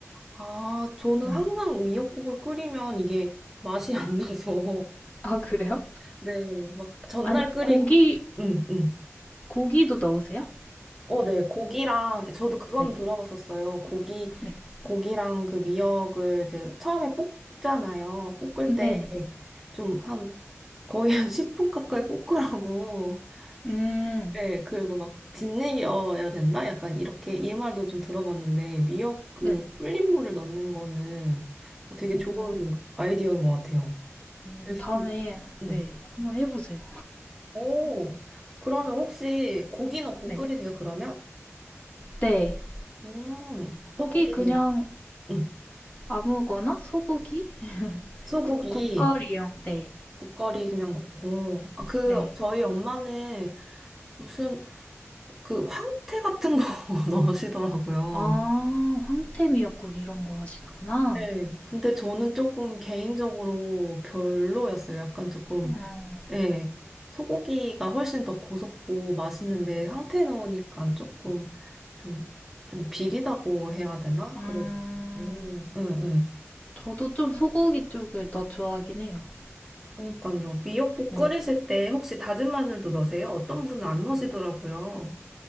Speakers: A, in the centre; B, on the left (about 30°).
A: 아, 저는
B: 네.
A: 항상 미역국을 끓이면 이게 맛이 안 나서.
B: 아, 그래요?
A: 네, 막 전날
B: 아니,
A: 끓이고
B: 고기
A: 응, 응.
B: 고기도 넣으세요?
A: 어, 네. 고기랑 저도 그건
B: 네,
A: 들어봤었어요. 고기
B: 네,
A: 고기랑 그 미역을 이제 처음에 볶잖아요. 볶을
B: 네네.
A: 때 좀 한 거의 한 <laughs> 10분 가까이 볶으라고.
B: 음,
A: 네, 그리고 막 짓이어야 된다? 약간 이렇게 이 말도 좀 들어봤는데 미역 그
B: 네.
A: 불린 물을 넣는 거는 어, 되게
B: 음,
A: 좋은 아이디어인 것 같아요.
B: 음,
A: 레시피.
B: 다음에
A: 응.
B: 네, 한번 해보세요.
A: 오, 그러면 혹시 고기 넣고
B: 네.
A: 끓이세요, 그러면?
B: 네.
A: 음, 소고기네요.
B: 고기 그냥
A: 응.
B: 아무거나 소고기?
A: 소고기,
B: 국, 국거리용. 네.
A: 국거리 그냥 넣고. 아, 그,
B: 네.
A: 저희 엄마는 무슨, 그, 황태 같은 거 <laughs> 넣으시더라고요.
B: 아, 황태 미역국 이런 거 하시는구나.
A: 네. 근데 저는 조금 개인적으로 별로였어요. 약간 조금,
B: 어,
A: 예. 소고기가 훨씬 더 고소고 맛있는데, 황태 넣으니까 조금, 좀, 좀 비리다고 해야 되나?
B: 음,
A: 그래가지고. 응, 응.
B: 저도 좀 소고기 쪽을 더 좋아하긴 해요.
A: 그러니까요. 미역국
B: 네.
A: 끓이실 때 혹시 다진 마늘도 넣으세요? 어떤 분은 안 넣으시더라고요.